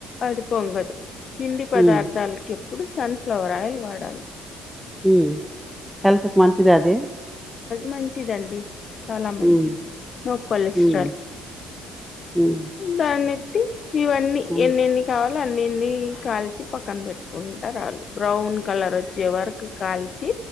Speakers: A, on the left; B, in the centre.
A: అది పొంగదు పిండి పదార్థాల
B: హ్మ్
A: క ఇప్పుడు సన్ఫ్లవర్ ఆయిల్ వాడాలి.
B: ఉమ్ హెల్త్ కి మంచిదా అది
A: మంచిది అండి చాలా మంచిది
B: హ్మ్
A: నో కొలెస్ట్రాల్
B: హ్మ్ హ్మ్
A: దాన్నీ ఇవన్నీ
B: హ్మ్
A: ఎన్ని ఎన్ని కా ళు అన్నిన్ని కాల్చి పక్కన పెట్టుకుంటా రావాలి బ్రౌన్ కలర్ వచ్చే వరకు కాల్చి